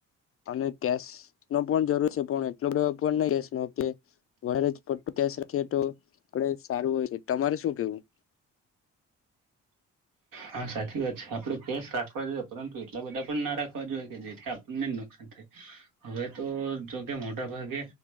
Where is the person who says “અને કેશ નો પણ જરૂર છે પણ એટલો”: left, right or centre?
Left